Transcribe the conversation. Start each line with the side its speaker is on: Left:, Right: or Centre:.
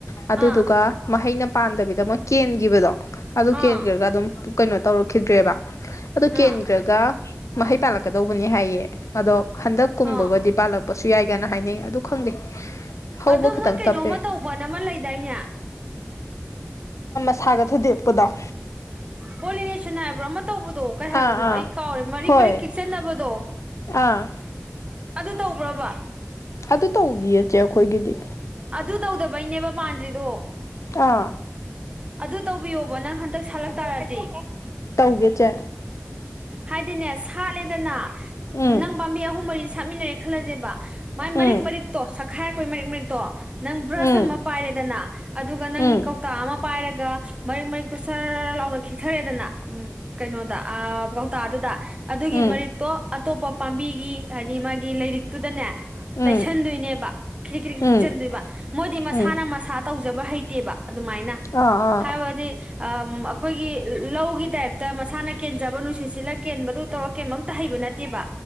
Left: ꯑꯗꯨꯗꯨꯒ
Right: ꯑꯥ
Left: ꯃꯍꯩꯅ ꯄꯥꯟꯗꯕꯤꯗ ꯑꯃ ꯀꯦꯟꯈꯤꯕꯗꯣ ꯑꯗꯨ ꯀꯦꯟꯈ꯭ꯔꯒ
Right: ꯑꯥ
Left: ꯑꯗꯨꯝ ꯀꯩꯅꯣ ꯇꯧꯔꯛꯈꯤꯗ꯭ꯔꯦꯕ ꯑꯗꯨ ꯀꯦꯟꯈ꯭ꯔꯒ
Right: ꯑꯥ
Left: ꯃꯍꯩ ꯄꯥꯜꯂꯛ ꯑꯣꯅꯤ ꯍꯥꯢꯌꯦ ꯑꯗꯣ ꯍꯟꯇꯛ ꯀꯨꯝꯕꯒꯗꯤ
Right: ꯑꯥ
Left: ꯄꯥꯜꯂꯛꯄꯁꯨ ꯌꯥꯢ ꯍꯥꯏꯅꯩ ꯑꯗꯨ ꯈꯪꯗꯦ ꯍꯧꯕ
Right: ꯑꯗꯣ
Left: ꯈꯇꯪ
Right: ꯃꯣꯏ ꯀꯩꯅꯣꯝꯃ
Left: ꯇꯞꯄꯦ
Right: ꯇꯧꯕꯅ ꯑꯃ ꯂꯩꯗꯥꯏꯅꯦ
Left: ꯁꯥꯒ ꯊꯨꯗꯦꯛꯄꯗꯣ
Right: ꯄꯣꯂꯤꯅꯦꯁꯟ ꯍꯥꯏꯕ꯭ꯔꯣ ꯑꯃ ꯇꯧꯕꯗꯣ ꯀꯩ
Left: ꯑꯥ
Right: ꯍꯥꯏꯕꯅꯣ
Left: ꯑꯥ
Right: ꯑꯩ ꯀꯥꯎꯔꯦ ꯃꯔꯤꯛ
Left: ꯍꯣꯏ
Right: ꯃꯔꯤꯛ ꯈꯤꯛꯆꯟꯅꯕꯗꯣ
Left: ꯑꯥ
Right: ꯑꯗꯨ ꯇꯧꯕ꯭ꯔꯕ
Left: ꯑꯗꯨ ꯇꯧꯗꯤꯌꯦ ꯆꯦ ꯑꯩꯈꯣꯏꯒꯤꯗꯤ
Right: ꯑꯗꯨ ꯇꯧꯗꯕꯩꯅꯦꯕ ꯄꯥꯟꯗ꯭ꯔꯤꯗꯣ
Left: ꯇꯥ
Right: ꯑꯗꯨ ꯇꯧꯕꯤꯌꯣꯕ ꯅꯪ ꯍꯟꯗꯛ ꯁꯥꯠꯂꯛ ꯇꯔꯥꯗꯤ
Left: ꯇꯧꯒꯦ ꯆꯦ
Right: ꯍꯥꯏꯗꯤꯅꯦ ꯁꯦ ꯍꯥꯠꯂꯦꯗꯅ
Left: ꯎꯝ
Right: ꯅꯪ ꯄꯥꯝꯕꯤ ꯑꯍꯨꯝ ꯃꯔꯤ ꯊꯥ ꯃꯤꯟꯅꯦ ꯈꯜꯂꯁꯦꯕ ꯃꯥꯏ
Left: ꯎꯝ
Right: ꯃꯔꯤꯛ ꯃꯔꯤꯛꯇꯣ ꯈꯥꯏꯔꯛꯄꯩ ꯃꯔꯤꯛ ꯃꯔꯤꯛꯇꯣ ꯅꯪ ꯕ꯭ꯔꯁ
Left: ꯎꯝ
Right: ꯑꯃ ꯄꯥꯏꯔꯦꯗꯅ ꯑꯗꯨꯒ ꯅꯪꯒꯤ
Left: ꯎꯝ
Right: ꯀꯧꯇꯥ ꯑꯃ ꯄꯥꯏꯔꯒ ꯃꯔꯤꯛ ꯃꯔꯤꯛꯇꯣ ꯁꯔꯔ ꯂꯥꯎ ꯢꯊꯔꯦꯗꯅ ꯎꯝ ꯀꯩꯅꯣꯗ ꯑꯥ ꯇꯥ ꯗꯨꯗ ꯑꯗꯨꯒꯤ
Left: ꯎꯝ
Right: ꯃꯔꯤꯛꯇꯣ ꯑꯇꯣꯞꯄ ꯄꯥꯝꯕꯤꯒꯤ ꯍꯥꯏꯗꯤ ꯃꯥꯒꯤ ꯂꯥꯏꯔꯤꯛꯇꯨꯗꯅꯦ
Left: ꯎꯝ
Right: ꯇꯩꯁꯟꯗꯣꯏꯅꯦꯕ ꯈ꯭ꯔꯤꯛ ꯈ꯭ꯔꯤꯛ
Left: ꯎꯝ
Right: ꯈꯤꯛꯆꯟꯗꯣꯏꯕ ꯃꯣꯏꯗꯤ ꯃꯁꯥꯅ
Left: ꯎꯝ
Right: ꯃꯁꯥ ꯇꯧꯖꯕ ꯍꯩꯇ ꯇꯦꯕ ꯑꯗꯨꯃꯥꯏꯅ
Left: ꯑꯥ
Right: ꯍꯥꯏꯕꯗꯤ ꯑꯝ ꯑꯩꯈꯣꯏꯒꯤ ꯂꯧꯒꯤ ꯇꯥꯏꯞꯇ ꯃꯁꯥꯅ ꯀꯦꯟꯖꯕ ꯅꯨꯡꯁꯤꯠ ꯁꯤꯜꯂ ꯀꯦꯟꯕꯗꯨ ꯇꯧꯔꯒ ꯀꯦꯟꯕ ꯑꯝꯇ ꯍꯩꯕ ꯅꯠꯇꯦꯕ